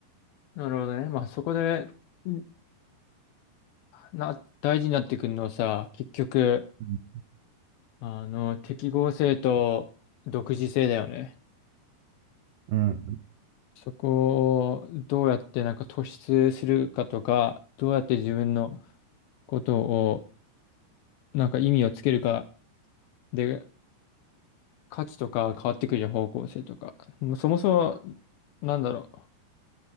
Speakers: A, on the left (about 80°); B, on the right (about 80°).
A: なるほどね。まあそこで、んな、大事になってくるのはさ、結局、
B: うん。
A: あの、適合性と独自性だよね。
B: うん
A: そこをどうやってなんか突出するかとか、どうやって自分のことをなんか意味をつけるかで価値とか変わってくるじゃん方向性とか。もうそもそも、なんだろ